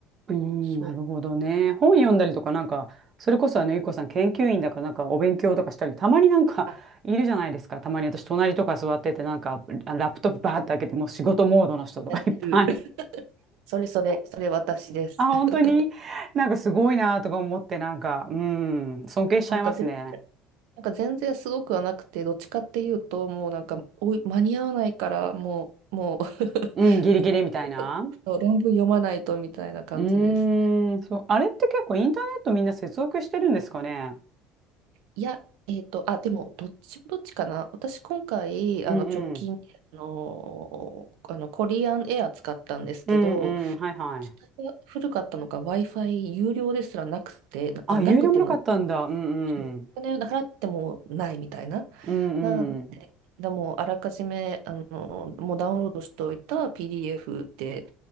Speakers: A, on the right; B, on the right.
A: うーん、
B: そう。
A: なるほどね。本読んだりとか、なんか、それこそあの、ゆうこさん研究員だから、なんかお勉強とかしたり、たまになんか、
B: あ
A: <laughs> いるじゃないですか。たまに私、隣とか座ってて、なんか、あラップトップバーって開けて、もう仕事モードの人とかいっぱい。
B: やってる。それそれ、それ私です。
A: <laughs> あ、本当になんかすごいなとか思って、
B: <laughs>
A: なんか、うん、尊敬しちゃいますね。
B: なんかぜ、なんか全然すごくはなくて、どっちかっていうと、もうなんか、おい、間に合わないから、もう、もう <laughs>
A: うん、ギリギリみたいな。
B: い、そう論文読まないとみたいな感じです。
A: うーん、そう、あれって結構インターネットみんな接続してるんですかね。
B: いや、えっと、あ、でも、どっちもどっちかな。私、今回、
A: うんうん。
B: あの直近で、あのー、あのコリアンエア使ったんですけど、
A: うんうん、はいはい。
B: 機体が古かったのか、Wi-Fi 有料ですらなくて、な、
A: あ、
B: なくても、
A: 有料もなかったんだ。うんうん。
B: そうお金払ってもないみたいな。
A: うんうん。
B: なだもうあらかじめあのもうダウンロードしておいた PDF で